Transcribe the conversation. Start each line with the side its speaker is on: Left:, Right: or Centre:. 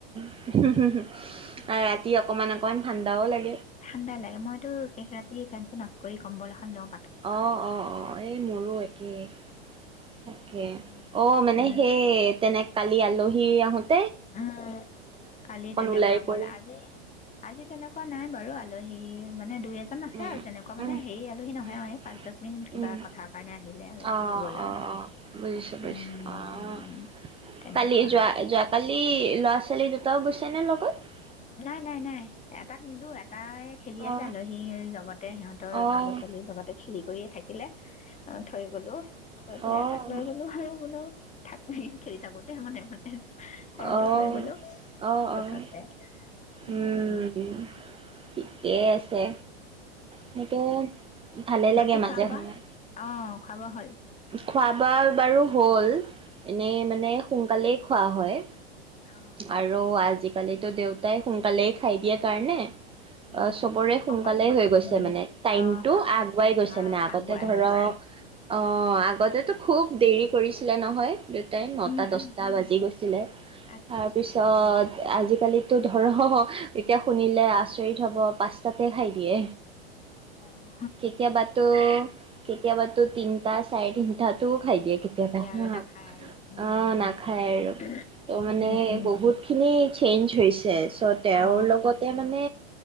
Right: <unintelligible> ৰাতি অকমান-অকমান ঠাণ্ডাও লাগ
Left: ঠাণ্ডা লাগে, মইতো শেষ ৰাত তি ফেন-চেন অফ কৰি কম্বল এখন লঁও
Right: অ', অ', অ', এই মোৰো এক কেই। তাকে,
Left: উম
Right: অ', মানে সেই তেনেক কালি আলহী আহোত
Left: উম, কালি তেনেকুৱা
Right: ওলাই কৰি
Left: গ'ল আজি-আজি তেনেকুৱা নাই বাৰু, আজ <unintelligible> মানে দুই এজন আছে
Right: উম,
Left: আৰু তেনেকুৱা মানে
Right: উম,
Left: হেৰি আলহী নহয়
Right: উম,
Left: অ পাঁচ দহ মিনিট কিবা
Right: উম।
Left: কথাৰ কাৰণে আহিলে আৰু
Right: অ',
Left: গ'ল
Right: অ',
Left: আৰু
Right: অ'। বুজিছোঁ বুজিছোঁ
Left: উম
Right: অ'।
Left: তেনেকুৱা
Right: কালি যোৱা যোৱাকালি ল'ৰা ছোৱালী দুটাও গৈছে নে লগত
Left: নাই নাই নাই এটাক নিলো তাই খেলি
Right: অ',
Left: আছে আলহীৰ লগতে সিহঁতৰ
Right: অ',
Left: ল'ৰা ছোৱালীৰ লগতে খেলি কৰিয়ে থাকে থিলে অ থৈ গলো থৈ পেলাই
Right: অ'।
Left: এটাক লৈ গলো আৰু বোলও থাক খেলি থাকোতে মানে মানে সৰুটোক
Right: অ',
Left: লৈ গলো
Right: অ', অ'।
Left: গছতে সেই
Right: উম
Left: আৰু
Right: ঠিকেই আছে সেইকে ভালেই লাগে
Left: বাকী
Right: মাজে
Left: খোৱা বোৱা
Right: সময়ে
Left: অ খাব হ'ল
Right: খোৱা ৱোবা বাৰু হল এনেই মানে সোনকালে খোৱা হয়
Left: অ অ
Right: আৰু আজিকালিতো দেউতাই সোনকালেই খাই দিয়াৰ কাৰণে
Left: উম
Right: অ চবৰে
Left: সকলোৱে
Right: সোনকালেই হৈ গৈছে
Left: উম
Right: মানে টাইমতটো
Left: অ
Right: আগুৱাই গৈছে
Left: অ
Right: মানে আগতে
Left: আগুৱাই
Right: ধৰক
Left: গৈছে
Right: অ আগতে খুব দেৰি কৰিছিলে নহয় নটা
Left: উম
Right: দছটা
Left: উম উম
Right: বাজি গৈছিলে
Left: আচ্ছা
Right: তাৰপিছত
Left: আচ্ছা
Right: আজিকালি এইটো ধৰ এতিয়া শুনিলে আচৰিত হব পাচঁটাতে খাই দিয়ে
Left: অ
Right: কেতিয়াবাতো কেতিয়াবা তো তিনিটা চাৰে তিনিটাত তটো খাই দিয়ে কেতিয়াবা
Left: আৰু
Right: হা
Left: নাখায় আৰু উম
Right: অ নাখায়
Left: উম
Right: আ মানে
Left: উম উম
Right: বহুত খিনি চেঞ্জ হৈছে ছ' তেওঁৰ
Left: অ
Right: লগতে মানে